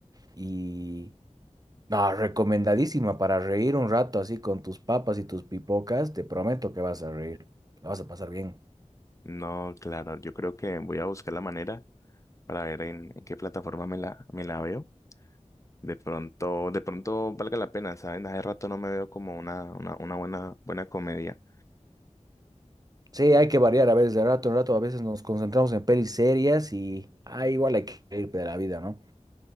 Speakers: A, on the right (about 30°); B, on the left (about 25°).
A: Y no, recomendadísima para reír un rato así con tus papas y tus pipocas. Te prometo que vas a reír, la vas a pasar bien.
B: No, claro, yo creo que voy a buscar la manera para ver en, en qué plataforma me la, me la veo. De pronto, de pronto valga la pena, ¿saben? Hace rato no me veo como una, una, una buena, buena comedia.
A: Sí, hay que variar a veces de rato en rato, a veces nos concentramos en pelis serias y ah, igual hay que ir de la vida, ¿no?